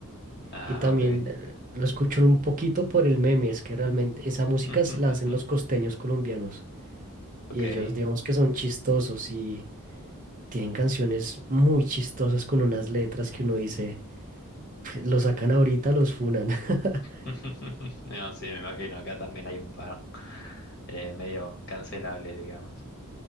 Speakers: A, on the left (about 50°); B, on the right (about 35°).
A: Ah,
B: Y también
A: ok.
B: eh, lo escucho un poquito por el meme, es que realmente esa música
A: <laughs>
B: es- la hacen los costeños colombianos
A: Ok.
B: y ellos digamos que son chistosos y tienen canciones muy chistosas con unas letras que uno dice <laughs> Lo sacan ahorita, los funan. <laughs>
A: <laughs> No, sí, me imagino, acá también hay un par eh, medio cancelables, digamos.